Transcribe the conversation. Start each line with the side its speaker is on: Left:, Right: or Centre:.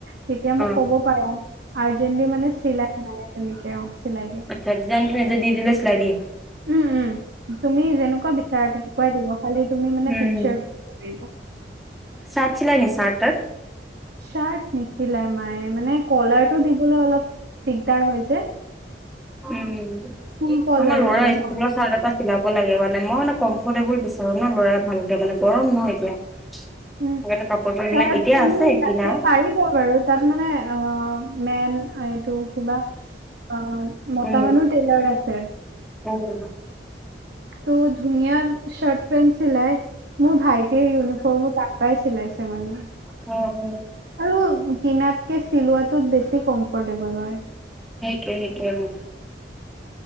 Right: তেতিয়া মোক
Centre: অ',
Right: ক'ব পাৰা। আৰ্জেন্টলি মানে চিলাই মায়ে তেনেকে। চিলাই দিয়ে
Centre: আচ্ছা ডিজাইনখিনি দি দিলে চিলাই দিয়ে?
Right: উম। উ তুমি যেনেকুৱা বিচাৰা তেনেকুৱাই দিব খালি তুমি মানে
Centre: উম
Right: পিকচাৰ দিব লাগিব।
Centre: চাৰ্ট ছিলাই নি চাৰ্ট তাত?
Right: চাৰ্ট নিছিলাই মায়ে মানে কলাৰটো দিবলৈ অলপ দিগদাৰ হয় যে।
Centre: উম
Right: ফুল কলাৰ
Centre: আমাৰ ল'ৰা
Right: লাগে ন
Centre: স্কুলৰ চাৰ্ট এটা চিলাব লাগে মানে মই মানে কম এফটেবল বিচাৰো ন ল'ৰাই ভালতে মানে গৰম নহ এতিয়া
Right: উ
Centre: সেইকাৰণে কাপোৰটো
Right: চাৰ্ট
Centre: মানে এতিয়া
Right: তুমি
Centre: আছে
Right: তাতে
Centre: কিনা
Right: পাৰিব বাৰু তাত মানে অ মেইন এইটো কিবা অ মতা
Centre: উম
Right: মানুহৰ টেইলাৰ আছে।
Centre: উম
Right: ত' ধুনীয়া চাৰ্ট পেন্ট চিলাই মোৰ ভাইটিৰ ইউনিফৰ্মো তাৰ পৰাই চিলাইছে মানে
Centre: অহ অহ
Right: আৰু কিনাতকে চিলোৱাটোত বেছি কম্ফৰ্টেবল হয়।
Centre: সেইটোৱ সেইটোৱে।